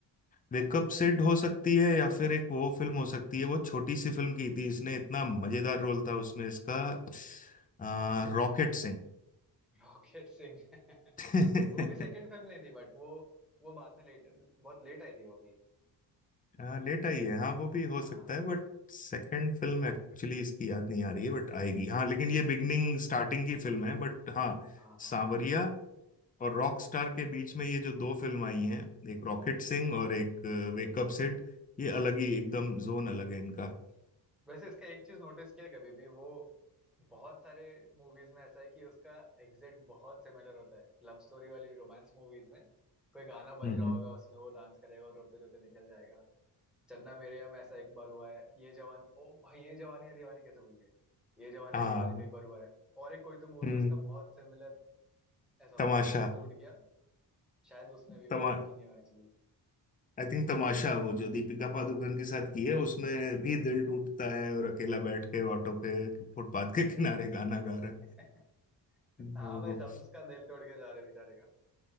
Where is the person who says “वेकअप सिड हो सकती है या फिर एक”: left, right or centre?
Left